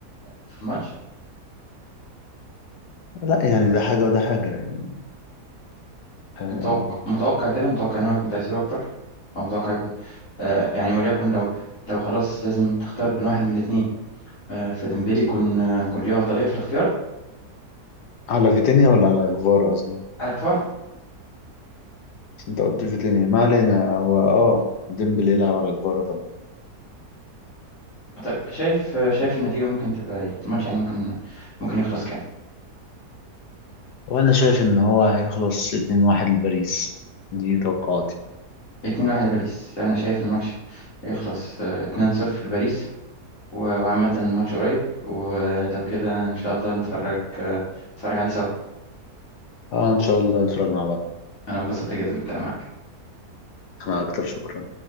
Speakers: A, on the left; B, on the left.
A: في الماتش
B: لا يعني ده حاجة وده حاجة يعني آه،
A: متوقع متوقع كده متوقع ان هو يكون تأثيره اكبر او متوقع يكون آه يعني وليكن لو لو خلاص لازم تختار بين واحد من الاثنين آه فديمبلي يكون آه، يكون ليه افضليه في الاختيار
B: على فيتينيا ولا على جفارا قصدي
A: على كفار
B: بس انت قلت فيتينيا ما علينا هو اه ديمبلي يلعب على جفارا طبعا
A: طيب شايف آه، شايف النتيجه ممكن تبقى ايه الماتش يعني ممكن ممكن يخلص كام
B: وانا شايف ان هو هيخلص 2-1 لباريس دي توقعاتي
A: 2 1 لباريس انا شايف الماتش يخلص آه، 2 0 لباريس و- وعامه ماتش قريب ولو كده ان شاء الله نتفرج آه، نتفرج عليه سوا
B: اه ان شاء الله نتفرج مع بعض
A: انا انبسطت جدا بالكلام معاك
B: انا اكتر شكرا